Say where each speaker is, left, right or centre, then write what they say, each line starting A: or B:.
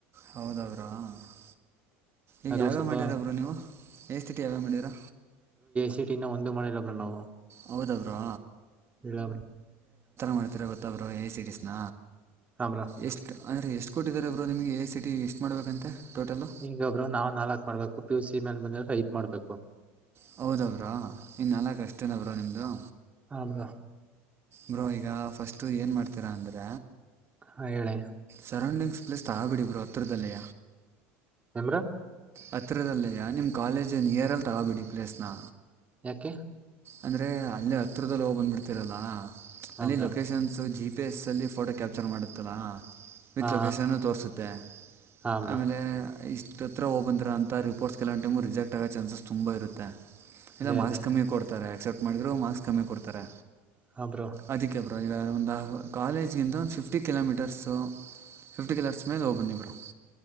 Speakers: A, on the right (about 35°); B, on the right (about 20°).
A: ಹೌದ ಅವ್ರಾ. <unintelligible> ಈಗ
B: ಅದು
A: ಯಾವ್ಯ
B: ಸ್ವಲ್ಪ
A: ಮಾಡೀರ ಬ್ರೋ, ನೀವು ಎ ಸ್ಥಿ <unintelligible> ತಿ ಯಾವ್ಯ ಮಾಡೀರಾ
B: ಸಿಟಿನ ಒಂದು ಮಾಡಿಲ್ಲಬ್ರೋ, ನಾವು
A: ಹೌದಾ ಬ್ರೋ
B: ಇಲ್ಲ ಬ್ರೋ
A: ಮಾಡ್ತಾರೆ ಗೊತ್ತಾಬ್ರೋ, ಎ ಸಿಟಿಸ್ ನ
B: ಹಾ ಬ್ರೋ
A: ಎಷ್ಟ್ ಅಂದ್ರೆ ಎಷ್ಟ್ ಕೊಟ್ಟಿದ್ದಾರೆ ಅವ ನಿಮಗೆ ಎ ಸಿಟಿ ಎಷ್ಟು ಮಾಡಬೇಕಂತೆ, ಟೋಟಲು
B: ಈಗಬ್ರೋ, ನಾವ್ ನಾಲಕ್ ಮಾಡ್ಬೇಕು ಪಿ, ಯು, ಸಿ ಮೇಲ್ ಬಂದ ಹೈಟ್ ಮಾಡ್ಬೇಕು. -
A: ಹೌದ, ಬ್ರೋ ಇನ್ನು ನಾಲ್ಷ್ಟನವರಾ ನಿಮ್ಮದು.
B: ಹಾ ಬ್ರೋ
A: ಬ್ರೋ ಈಗ ಫಸ್ಟ್ ಏನ್ ಮಾಡ್ತೀರಾ ಅಂದ್ರ
B: ಹಾ, ಹೇಳಿ
A: ಸರೌಂಡಿಂಗ್ಸ್ ಪ್ಲೇಸ್ ತಾಬಿಡಿ ಬ್ರೋ ಹತ್ತಿರದಲ್ಲಿ.
B: ಕಮರ. <inaudible>
A: ಹತ್ತಿರದಲ್ಲಯ್ಯ ನಿಮ್ಮ ಕಾಲೇಜು ನಿಯರಲ್ಲಿ ತಗೋಬೇಡಿ ಪ್ಲೇಸ್ನಾ.
B: ಯಾಕೆ
A: ಅಂದ್ರೆ ಅಲ್ಲೇ ಹತ್ರಿರದಲ್ಲಿ ಹೋಗ್ ಬಂದ್ ಬಿಡ್ತಿರಲ್ಲ.
B: ಹಾ
A: ಅಲ್ಲಿ
B: ಬ್ರೋ
A: ಲೊಕೇಶನ್ಸು ಜಿ, ಪಿ ಎಸ್ಸಲ್ಲಿ ಫೋಟೋ ಕ್ಯಾಪ್ಚರ್ ಮಾಡತ್ತಲಾ ವಿತ್
B: ಹಾ
A: ಲೊಕೇಶನ್ನು ತೋರಿಸುತ್ತೆ.
B: ಹಾ ಬ್ರೋ
A: ಆಮೇಲೆ ಇಷ್ಟ ಹತ್ರ ಹೋಗಬಂದೆ ಅ ರಿಪೋಟ್ಸ್ಲವೊ ಟೈಮು ರಿಜೆಕ್ ಆಗೋ ಚಾನ್ಸಸ್ ತುಂಬ ಇರುತ್ತೆ. ಇಲ್ಲ
B: ಅದೇ
A: ಮಾಸ್
B: ಅದೇ
A: ಕಮ್ಮಿ ಕೊಡ್ತಾರೆ ಆಕ್ಸೆಪ್ಟ್ ಮಾಡಿದರೂ ಮಾಕ್ಸ್ ಕಮ್ಮಿ ಕೊಡ್ತಾರೆ.
B: ಹಾ ಬ್ರೋ
A: ಅದಕ್ಕೆ ಬರೋ ಈಗ ಒಂದು ಕಾಲೇಜ್ಗಿಂತ ಒಂದು ಫಿಫ್ಟಿ ಕಿಲೋಮೀಟರ್ಸು. ಫಿ್ಟಿಲರ್ಸ್ೇಲೆ ಓಬ ಇಬರು.